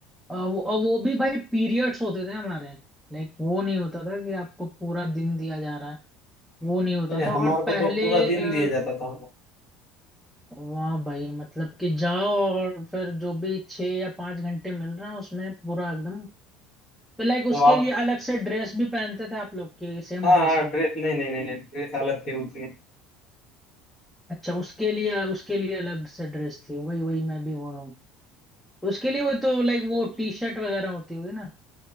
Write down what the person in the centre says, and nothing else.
अ, वो अ, वो भी भाई पीरियड्स होते थे हमारे लाइक वो नहीं होता था कि आपको पूरा दिन दिया जा रहा है वो नहीं होता
था
और
पहले
अ,
वाह भाई मतलब कि जाओ और फिर जो भी छह या पांच घंटे मिल रहे हैं उसमें पूरा एकदम तो लाइक
उसके
लिए अलग से ड्रेस भी पहनते थे आप लोग की सेम
ड्रेस
में
अच्छा उसके लिए उसके लिए अलग से ड्रेस थी वही वही मैं भी बोलूँ उसके लिए वो तो लाइक वो टी शर्ट वगैरह होती होगी ना